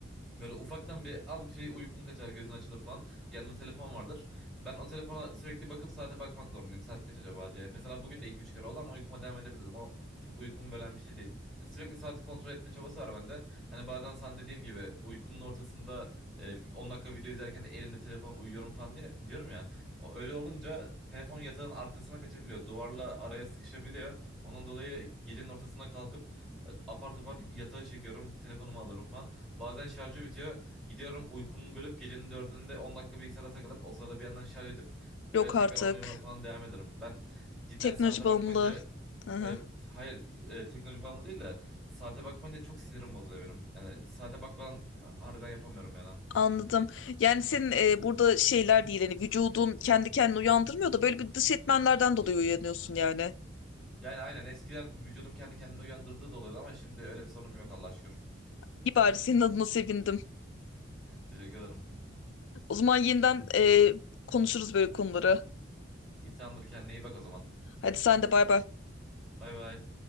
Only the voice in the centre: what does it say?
Böyle ufaktan bir az bir şey uykun kaçar, gözün açılır falan. Yanında telefon vardır. Ben o telefona sürekli bakıp saate bakmak zorundayım. Saat kaç acaba diye. Mesela bugün de iki üç kere oldu ama uykuma devam edebildim O çok uykumu bölen bir şey değil. E, Sürekli saati kontrol etme çabası var bende. Hani bazen sen dediğim gibi uykunun ortasında e, 10 dakika video izlerken elimde telefon uyuyorum falan diye diyorum ya. O, öyle olunca telefon yatağın arkasına kaçabiliyor. Duvarla araya sıkışabiliyor. Onun dolayı gecenin ortasına kalkıp e, apar topar yatağa çekiyorum. Telefonumu alıyorum falan. Bazen şarjı bitiyor. Gidiyorum uykumu bölüp gecenin dördünde 10 dakika bilgisayara takılıp o sırada bir yandan şarj edip öyle
tekrar
uyuma falan devam ederim. Ben cidden
saate
bakmayınca
evet, hayır e, teknoloji bağımlı değil de saate bakmayınca çok sinirim bozuluyor benim. Yani saate bakmadan harbiden yapamıyorum yani.
Yani aynen eskiden vücudum kendi kendini uyandırdığı da oluyordu ama şimdi öyle bir sorunum yok Allah'a şükür.
Teşekkür ederim.
İyi tamamdır kendine iyi bak o zaman.
Bay bay.